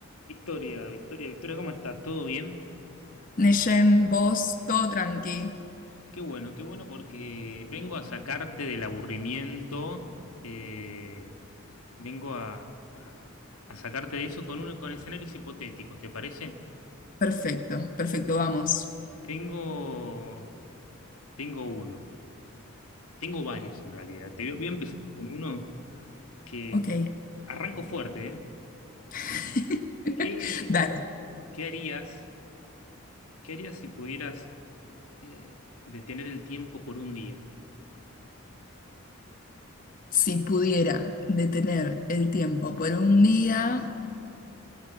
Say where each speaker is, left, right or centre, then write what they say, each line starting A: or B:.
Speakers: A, on the left; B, on the left.
A: Victoria, Victoria, Victoria, ¿cómo estás? ¿Todo bien?
B: Neyen, vos, todo tranqui.
A: Qué bueno, qué bueno porque vengo a sacarte del aburrimiento, eh, vengo a, a- a sacarte de eso con, uno, con escenarios hipotéticos, ¿te parece?
B: Perfecto, perfecto, vamos.
A: Tengo, tengo uno, tengo varios en realidad. Te voy voy a empezar con uno que
B: Ok.
A: arranco fuerte, ¿eh?
B: <laughs>
A: ¿Qué,
B: Dale,
A: qué harías, qué harías si pudieras eh, detener el tiempo por un día?
B: si pudiera detener el tiempo por un día,